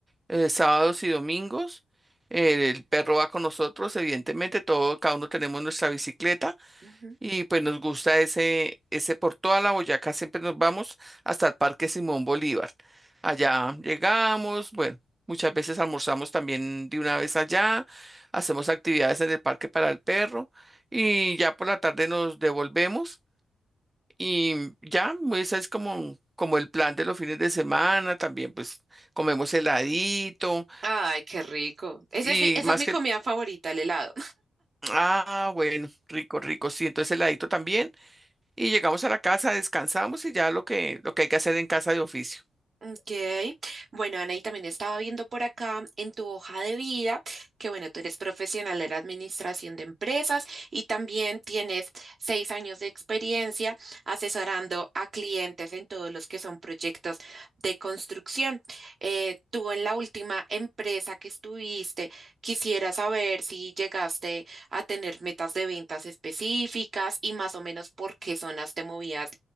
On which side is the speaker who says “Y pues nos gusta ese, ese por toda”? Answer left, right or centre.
Right